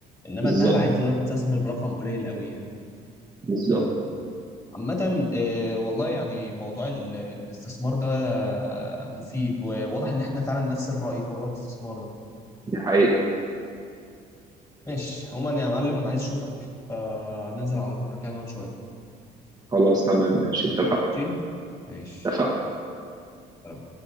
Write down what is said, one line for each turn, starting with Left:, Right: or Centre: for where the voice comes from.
Left: انما
Right: بالظبط
Left: الذهب عادي تقدر تستثمر برقم قليل قوي يعني
Right: بالظبط
Left: عامة آه، والله يعني موضوع ال- الاستثمار ده آه، مفيد وواضح ان احنا فعلا نفس الرأي في موضوع الاستثمار ده
Right: دي حقيقه
Left: ماشي عموما يا معلم انا عايز اشوفك فننزل على بكرة كده نقعد شوية
Right: خلاص تمام ماشي اتفقنا
Left: ماشي ماشي
Right: اتفقنا
Left: يلا. سلام.